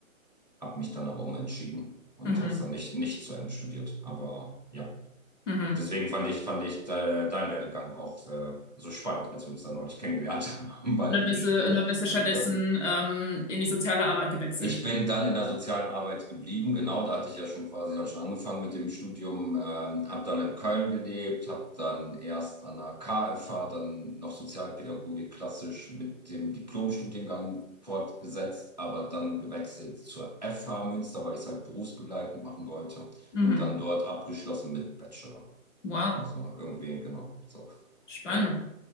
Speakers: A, on the right; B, on the left.
A: Habe mich dann aber umentschieden und
B: Mhm.
A: habe es dann nicht, nicht zu Ende studiert. Aber ja,
B: Mhm.
A: deswegen fand ich, fand ich äh, deinen Werdegang auch äh, so spannend, als wir uns dann neulich kennengelernt haben <laughs> bei
B: Und dann
A: dem
B: bist
A: Gespräch.
B: du, und dann bist du stattdessen
A: Und dachte,
B: ähm, in die soziale Arbeit gewechselt.
A: Ich bin dann in der sozialen Arbeit geblieben, genau, da hatte ich ja schon quasi dann schon angefangen mit dem Studium, ähm, habe dann in Köln gelebt, habe dann erst an der KFH, dann noch Sozialpädagogik klassisch mit dem Diplomstudiengang fortgesetzt, aber dann gewechselt zur FH Münster, weil ich es halt berufsbegleitend machen wollte
B: Mhm.
A: und dann dort abgeschlossen mit Bachelor.
B: Wow.
A: Also irgendwie, genau, so.
B: Spannend.
A: <laughs>